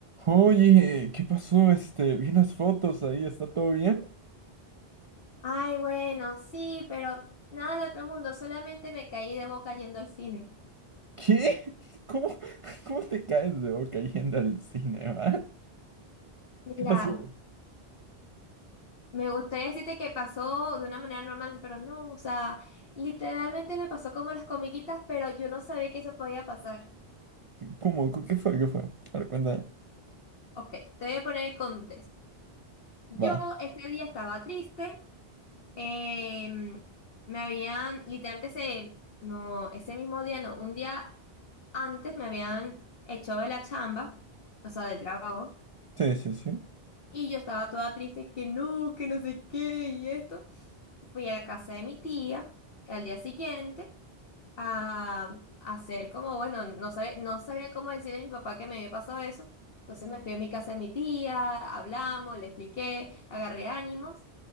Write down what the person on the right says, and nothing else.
Oye, ¿qué pasó? Este, vi unas fotos ahí, ¿está todo bien?
¿Qué? <laughs> ¿Cómo, cómo te caes de boca yendo al cine, va?
¿Qué pasó?
¿Cómo? ¿Qué fue? ¿Qué fue? A ver, cuenta.
Va.
Sí, sí, sí.